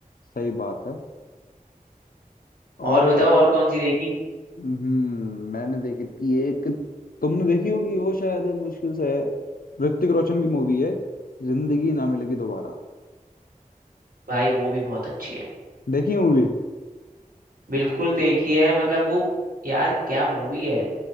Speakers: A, on the left (about 85°); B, on the right (about 85°).
A: सही बात है और
B: और बताओ और कौन सी देखी
A: हम्म मैंने देखी थी एक तुमने देखी होगी वो शायद मुश्किल से है ऋतिक रोशन की मूवी है जिंदगी ना मिलेगी दोबारा
B: भाई वो भी बहुत अच्छी है
A: देखी मूवी
B: बिल्कुल देखी है मतलब वो यार क्या मूवी है